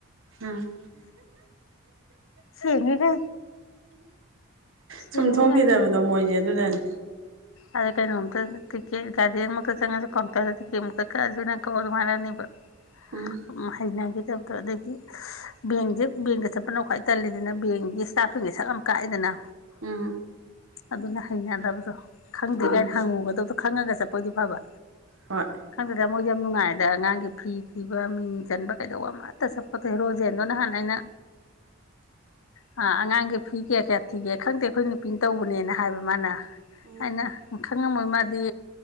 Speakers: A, on the right; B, on the left.
A: ꯑ
B: ꯁꯦꯡꯉꯦꯒ ꯁꯦꯡꯉꯦꯒ
A: ꯀ ꯁꯨꯝ ꯊꯣꯛꯈꯤꯗꯕꯗꯣ ꯃꯣꯏꯁꯦ ꯑꯗꯨꯗꯅꯤ
B: ꯑꯗꯩ ꯀꯩꯅꯣꯝꯇ ꯇꯤꯛꯀꯦꯠ ꯒꯥꯔꯗꯦꯟ ꯃꯨꯛꯇ ꯆꯪꯉꯁꯨ ꯀꯥꯎꯟꯇꯔꯗ ꯇꯤꯛꯀꯦꯠꯃꯨꯛꯇ ꯀꯛꯑꯁꯨ ꯅꯪ ꯀꯛꯑ ꯑꯗꯨꯝ ꯍꯥꯏꯔꯛꯅꯦꯕ
A: ꯎꯝ
B: ꯁꯨꯝ ꯍꯩꯅꯈꯤꯗꯕꯗꯣ ꯑꯗꯒꯤ ꯕꯦꯡꯁꯦ ꯕꯦꯡꯗ ꯆꯠꯄꯅ ꯈ꯭ꯋꯥꯏ ꯇꯜꯂꯤꯗꯅ ꯕꯦꯡꯒꯤ ꯏꯁꯇꯥꯐꯁꯤꯡꯒꯤ ꯁꯛ ꯌꯥꯝ ꯀꯥꯛꯑꯦꯗꯅ
A: ꯎꯝ
B: ꯑꯗꯨꯅ ꯍꯩꯅꯗꯕꯗꯣ ꯈꯪꯗ꯭ꯦ
A: ꯎꯝ
B: ꯀꯥꯏꯅ ꯍꯪꯉꯨꯒꯗꯧꯗꯣ ꯈꯪꯉꯒ ꯆꯠꯄꯣꯏꯗꯤ ꯐꯕ
A: ꯍꯣꯏ
B: ꯈꯪꯗꯗ ꯃꯣꯏꯗꯤ ꯌꯥꯝ ꯅꯨꯡꯉꯥꯏꯗ ꯑꯉꯥꯡꯒꯤ ꯐꯤ ꯊꯤꯕ ꯃꯤꯡ ꯆꯟꯕ ꯀꯩꯗꯧꯕ ꯑꯃꯠꯇ ꯆꯠꯄꯗ ꯍꯦ ꯔꯣꯖꯦꯟꯗꯣ ꯅꯍꯥꯟ ꯑꯩꯅ ꯑꯉꯥꯡꯒꯤ ꯐꯤ ꯀꯌꯥ ꯀꯌꯥ ꯊꯤꯒꯦ ꯈꯪꯗꯦ ꯑꯩꯈꯣꯏ ꯅꯨꯄꯤ ꯇꯧꯕꯅꯦꯅ ꯍꯥꯏꯕ ꯃꯥꯅ
A: ꯎꯝ
B: ꯑꯩꯅ ꯈꯪꯉꯝꯃꯣꯏ ꯃꯥꯗꯤ